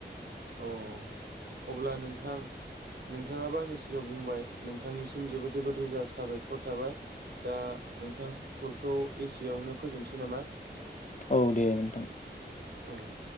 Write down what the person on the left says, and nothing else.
औ दे नोंथां।